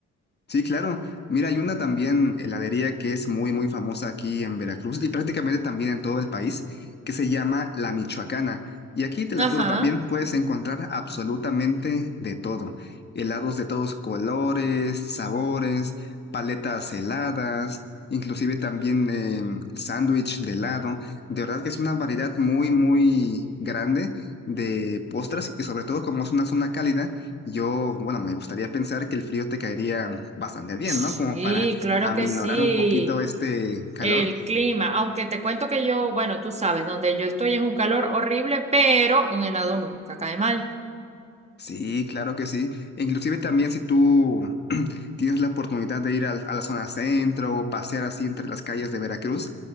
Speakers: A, on the left; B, on the right.
A: Sí, claro. Mira, hay una también heladería que es muy, muy famosa aquí en Veracruz y prácticamente también en todo el país, que se llama La Michoacana. Y aquí, te la
B: Ajá.
A: juro, también puedes encontrar absolutamente de todo. Helados de todos colores, sabores, paletas heladas, inclusive también eh, sándwich de helado. De verdad que es una variedad muy, muy grande de postres y sobre todo como es una zona cálida. Yo, bueno, me gustaría pensar que el frío te caería bastante bien,
B: Sí,
A: ¿no? Como para
B: claro
A: aminorar
B: que sí.
A: un poquito este calor.
B: El clima, aunque te cuento que yo, bueno, tú sabes, donde yo estoy es un calor horrible, pero un helado nunca cae mal.
A: Sí, claro que sí. Inclusive también si tú tienes la oportunidad de ir al- a, la zona centro o pasear así entre las calles de Veracruz,